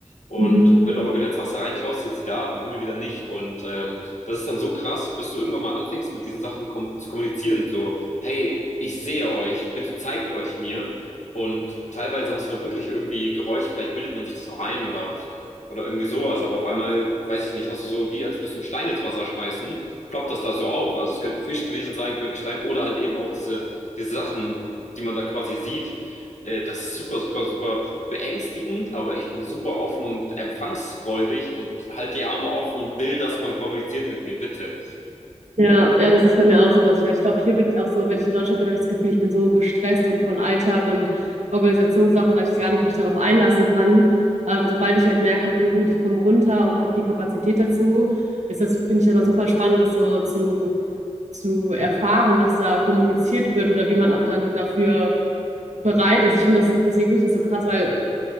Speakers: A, on the left (about 80°); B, on the right (about 75°).
A: Und
B: Mhm.
A: wenn du aber wieder ins Wasser reinschaust, sind sie da, am Himmel wieder nicht. Und ähm, das ist dann so krass, bis du irgendwann mal anfängst, mit diesen Sachen kom zu kommunizieren. So, hey, ich sehe euch, bitte zeigt euch mir. Und teilweise hast du da wirklich irgendwie Geräusche, vielleicht bildet man sich das noch rein oder, oder irgendwie sowas, aber auf einmal, weiß ich nicht, hast du so, wie als würdest du einen Stein ins Wasser schmeißen, ploppt das da so auf. Also es könnte ein Fisch gewesen sein, könnte ein Stein oder halt eben auch diese, diese Sachen, die man da quasi sieht. Äh, Das ist super, super, super beängstigend, aber ich bin super offen und empfangsfreudig und halte die Arme offen und will, dass man kommuniziert mit mir, bitte.
B: Ja, ja, das ist bei mir auch so, dass ich halt, ich glaube, hier bin ich auch so, wenn ich in Deutschland bin, habe ich das Gefühl, ich bin so gestresst und von Alltag und Organisationssachen, dass ich gar nicht mich darauf einlassen kann. Aber sobald ich halt merke, okay, gut, ich komme runter und habe die Kapazität dazu, ist das, finde ich, immer super spannend, das so zu, zu erfahren, was da kommuniziert wird oder wie man auch dann dafür bereit ist. Ich finde das, deswegen finde ich das so krass, weil